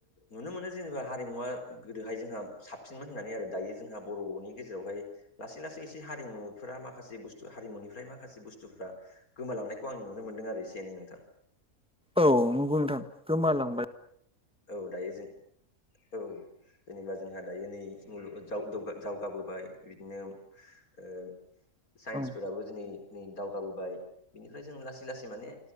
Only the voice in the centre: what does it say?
औ नंगौ नोंथां गोमालांबाय
ओं